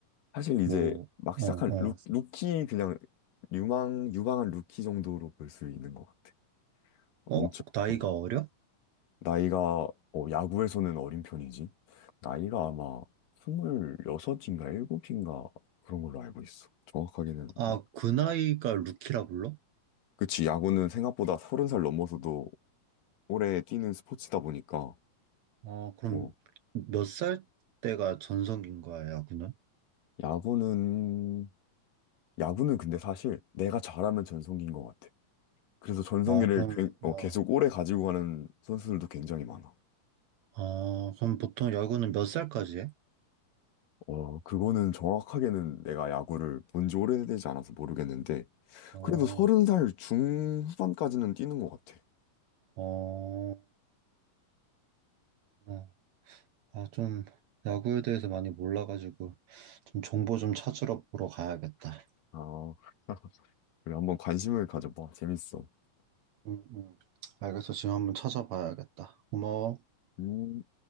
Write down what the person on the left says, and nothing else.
사실 이제
막
시작한
루, 루키 그냥 유망 유망한 루키 정도로 볼 수 있는 것 같아. 엄청
어,
나이가 어, 야구에서는 어린 편이지. 나이가 아마 26인가 7인가 그런 걸로 알고 있어. 정확하게는
음.
그치 야구는 생각보다 30살 넘어서도 오래 뛰는 스포츠다 보니까
어,
야구는 야구는 근데 사실 내가 잘하면 전성기인 것 같아. 그래서 전성기를
괴- 어,
계속 오래 가지고 가는 선수들도 굉장히 많아.
어, 그거는 정확하게는 내가 야구를 본지 오래되지 않아서 모르겠는데,
그래도 서른 살 중후반까지는 뛰는 것 같아.
아, 그래, 한번 관심을 가져봐. 재밌어.
음,